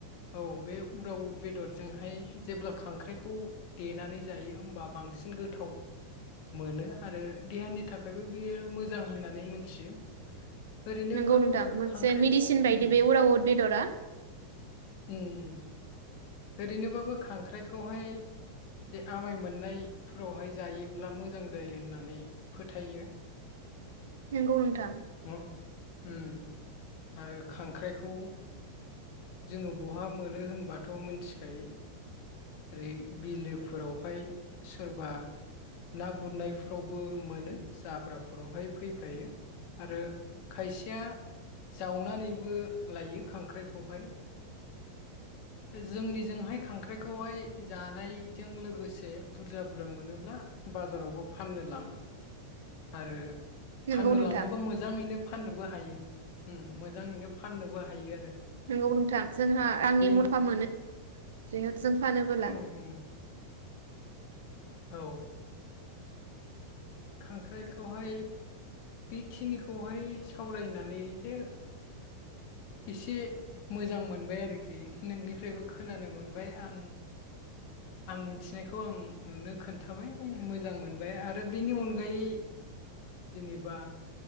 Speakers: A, on the left; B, on the right.
A: औ बे उरावउद बेदरजोंहाय जेब्ला खांख्राइखौ देनानै जायो होमबा बांसिन गोथाव मोनो आरो देहानि थाखायबो बेयो मोजां होननानै मोनथियो। ओरैनोब्लाबो
B: नंगौ नोंथां मोनसे
A: खांख्राइखौ
B: मेडिसिन बायदि
A: उम
B: बे उरावउद बेदरा।
A: उम ओरैनोबाबो खांख्राइखौहाय बे आमाय मोननायफोरावहाय जायोब्ला मोजां जायो होननानै फोथायो।
B: नोंगौ नोंथां
A: न उम आरो खांख्राइखौ जोङो बहा मोनो होनबाथ' मोनथिखायो ओरै बिलोफोरावहाय सोरबा ना गुरनायफोरावबो मोनो जाब्राफोरावहाय फैफायो आरो खायसेया जावनानैबो लायो खांख्राइखौहाय। जोंनि जोंहाय खांख्राइखौहाय जानायजों लोगोसे बुरजा बुरजा मोनोब्ला बाजारावबो फाननो लाङो आरो
B: नंगौ
A: फाननो
B: नोंथां
A: लाङोबा मोजाङैनो फाननोबो हायो। उम मोजाङैनो फाननोबो हायो आरो।
B: नोंगौ नों थां जोंहा
A: हा
B: रांनि
A: बे
B: मुल्फा मोनो जेहत जों फानोबोला
A: उम उम औ खांख्राइखौहाय बेखिनिखौहाय सावरायनानै जे एसे मोजां मोनबाय आरोखि नोंनिफ्रायबो खोनानो मोनबाय आं आं मिथिनायखौ आं नोंनो खोन्थाबाय मोजां मोनबाय आरो बेनि अनगायै जेनेबा